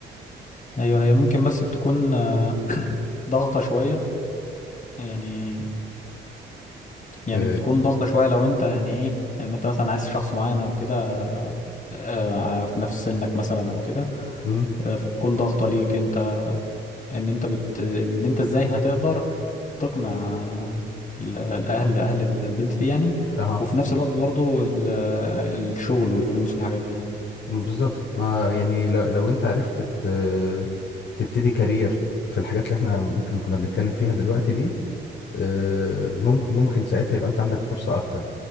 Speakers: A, on the left; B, on the left.
A: أيوه هي ممكن بس بتكون آه، ضغطة شوية يعني يعني
B: أه.
A: بتكون ضغطة شوية لو أنت يعني إيه يعني أنت مثلا عايز شخص معين أو كده آه، آه، في نفس سنك مثلا أو كده
B: مم.
A: آه، فبتكون ضغطة ليك أنت ان انت بت ان انت ازاي هتقدر تقنع ال- الاهل اهل البنت دي يعني
B: اها
A: وفي نفس الوقت برضو ال- الشغل والفلوس والحاجات دي
B: بالظبط ما أنا يعني لو, لو انت عرفت ت- تبتدي كارير في الحاجات اللي احنا ممكن كنا بنتكلم فيها دلوقتي دي آه، ممكن ممكن ساعتها يبقى انت عندك فرصة اكتر